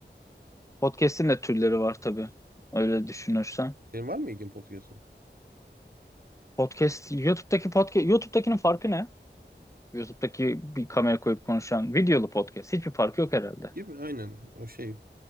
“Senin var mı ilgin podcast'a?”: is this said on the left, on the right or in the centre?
Right